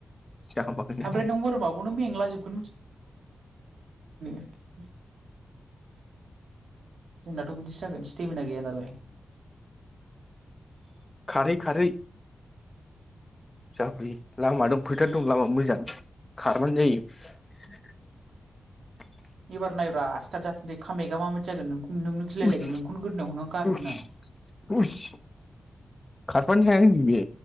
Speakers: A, on the left; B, on the right.
A: जाबाय
B: ओमफ्राय नों वारमारगयावनो मेंला जोब <unintelligible> <unintelligible> जोंनाथ' बिदिसो जागोन स्टेमिना गैया नालाय
A: खारै - खारै <unintelligible> फैथार दं लामा मोजां खाार <unintelligible>
B: ओरै नायब्रा स्टरत <unintelligible> नोंनो गिलायलायगोन
A: उस
B: नोंखौनो गोदोना हमना गारहैगोन
A: उस
B: आं
A: उस खारफानो हानाय नङा बे